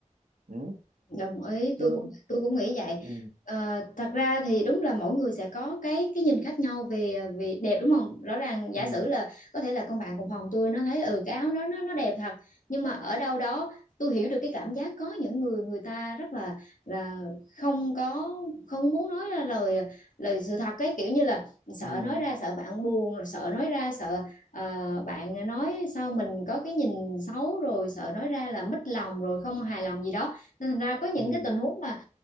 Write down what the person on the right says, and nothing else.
ừ,
chưa
ừ
ừ
ừ
ừ